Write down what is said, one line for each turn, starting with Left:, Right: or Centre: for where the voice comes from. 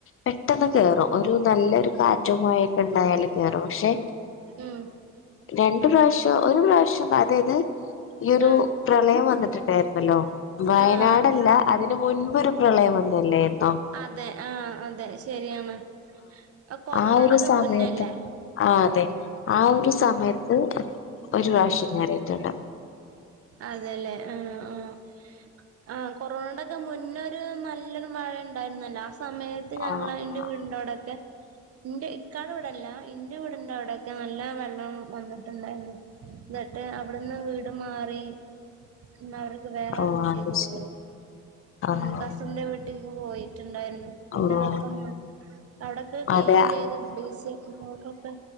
Left: പെട്ടെന്ന് കേറും ഒരു നല്ലൊരു കാറ്റൊ, മായൊക്കണ്ടായാല് കേറും പശേ.
Right: ഉം.
Left: രണ്ട് പ്രാവശ്യം ഒരു പ്രാവശ്യം. അതെതെ. ഈ ഒരു
Right: ആഹ്
Left: പ്രളയം വന്നിട്ട്ണ്ടാ യിരുന്നല്ലോ വയനാടല്ല
Right: ആഹ്
Left: അതിന് മുൻപൊരു. പ്രളയം വന്നല്ലേന്നോ?
Right: അതെ ആഹ് അതെ ശരിയാണ് ആഹ് കൊറോണയടെക്കെ
Left: ആ ഒരു സമയത്ത്
Right: മുന്നല്ലേ?
Left: ആഹ് അതെ ആഹ് ഒരു സമയത്ത് ഒരു
Right: ഉം
Left: റാവശ്യം റിയിട്ടുണ്ട്.
Right: അതെല്ലേ ആഹ് ആഹ്. ആഹ് കൊറോണടക്കെ മുന്നര് നല്ലൊരു മഴണ്ടായിരുന്നല്ലോ ആസമയത്ത്. ഞങ്ങള
Left: ആഹ്
Right: ഇന്റെ
Left: ആഹ്
Right: വീടിന്റെ അവ ടൊക്കെ. ഇന്റെ ഇക്കാടെ ഈടല്ല ഇന്റെ വീടിന്റവടൊക്കെ നല്ല വെള്ളം വന്നിട്ടുണ്ടായിന്നു. ഇന്നട്ട് അവിടുന്ന് വീട് മാറി. ന്നാ വർക്ക് വേറെ
Left: ആഹ് ഓഹ്
Right: വീട്ടിലക്ക്
Left: അത് ശരി
Right: പോയി
Left: ആഹ്
Right: ഉ കസിന്റെ വീട്ടി ക്ക് പോയിട്ടുണ്ടായിരുന്നു. പിന്നെതൊക്ക
Left: ആഹ്
Right: അവിടൊക്കെ ക്ലീൻ
Left: അതെ
Right: ചെയ്ത് ബ്ലീച്ചിങ്പൗഡ്രോക്കെ.